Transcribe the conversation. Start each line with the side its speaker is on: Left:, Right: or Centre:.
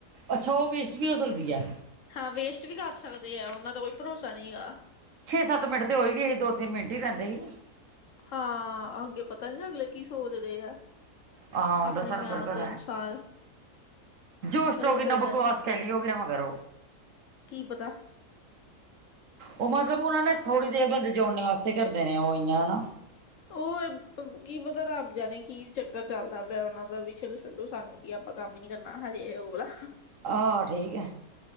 Right: ਅੱਛਾ ਉਹ ਵੇਸਟ ਵੀ ਹੋ ਸਕਦੀ ਐ।
Left: ਹਾਂ ਵੇਸਟ ਵੀ ਕਰ ਸਕਦੇ ਆ। ਉਹਨਾਂ ਦਾ ਕੋਈ ਭਰੋਸਾ ਨਹੀਂ ਹੈਗਾ।
Right: ਛੇ- ਸੱਤ ਮਿੰਟ ਤਾਂ ਹੋ ਹੀ ਗਏ ਸੀ ਦੋ- ਤਿੰਨ ਮਿੰਟ ਹੀ ਰਹਿੰਦੇ ਸੀ।
Left: ਹਾਂ ਅੱਗੇ ਪਤਾ ਨੀ ਅਗਲੇ ਕੀ ਸੋਚਦੇ ਆ।
Right: ਹਾਂ ਉਹਦਾ
Left: ਆਪਣੀ
Right: ਸਾਰਿਆਂ
Left: ਮਿਆਦ
Right: ਨੂੰ ਥੋੜ੍ਹਾ ਪਤਾ
Left: ਦੇ ਅਨੁਸਾਰ
Right: ਐ। ਜੋਸ਼
Left: ਚਲੋ
Right: ਤੋ ਹੋ ਕੇ
Left: ਕੋਈ
Right: ਇਨਾ
Left: ਗੱਲ
Right: ਬਕਵਾਸ
Left: ਨੀ
Right: ਕੱਲੀ ਓ ਹੋ ਗੇਮ ਕਰੋ।
Left: ਕੀ ਪਤਾ।
Right: ਉਹ ਮਤਲਬ ਉਹਨਾਂ ਨੇ ਥੋੜ੍ਹੀ ਦੇਰ ਬੰਦੇ ਜੋੜਨ ਵਾਸਤੇ ਕਰਦੇ ਨੇ। ਉਹ ਐਇਆ ਨਾ।
Left: ਉਹ ਇਹ ਕੀ ਪਤਾ ਰੱਬ ਜਾਣੇ ਕੀ ਚੱਕਰ ਚੱਲਦਾ ਪਿਆ ਉਹਨਾਂ ਦਾ ਵੀ ਚਲੋ। ਛੱਡੋ ਸਾਨੂੰ ਕੀ ਆਪਾਂ ਕੰਮ ਹੀ ਨੀ ਕਰਨਾ ਹਜੇ ਉਹ ਵਾਹਲਾ।
Right: ਆਹ ਠੀਕ ਆ